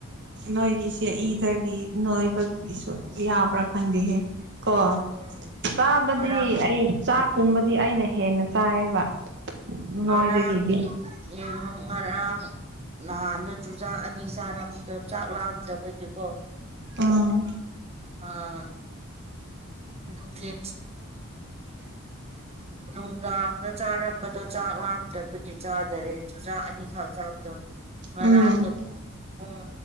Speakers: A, on the right (about 55°); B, on the right (about 30°).
A: ꯅꯣꯏꯒꯤꯁꯦ ꯏꯗꯒꯤ ꯅꯣꯏꯕꯒꯤꯁꯨ ꯌꯥꯕ꯭ꯔꯥ ꯈꯪꯗꯦꯍꯦ ꯀꯣ
B: ꯑꯗꯨꯅꯦ
A: ꯆꯥꯕꯗꯤ
B: ꯉꯔꯥꯡ
A: ꯑꯩ ꯆꯥꯛꯀꯨꯝꯕꯗꯤ ꯑꯩꯅ ꯍꯦꯟꯅ ꯆꯥꯏꯌꯦꯕ
B: ꯉꯔꯥꯡꯗꯤ
A: ꯅꯣꯏꯗꯒꯤꯗꯤ
B: ꯌꯦꯡꯉꯣ ꯉꯔꯥꯡ ꯅꯍꯥꯟꯗ ꯆꯥꯛ ꯑꯅꯤ ꯆꯥꯔꯝꯕꯗꯣ ꯆꯥꯛ ꯂꯥꯛꯑꯝꯗꯕꯒꯤꯀꯣ
A: ꯎꯝ
B: ꯑꯥ ꯅꯨꯡꯊꯤꯜ ꯅꯨꯡꯗꯥꯡꯒ ꯆꯥꯔꯝꯕꯗꯣ ꯆꯥꯛ ꯂꯥꯝꯗꯕꯒꯤ ꯆꯥꯗꯔꯦ ꯆꯨꯖꯥꯛ ꯑꯅꯤꯈꯛ ꯆꯥꯕꯗꯣ ꯉꯥꯡꯗꯣ
A: ꯎꯝ
B: ꯄꯨꯡ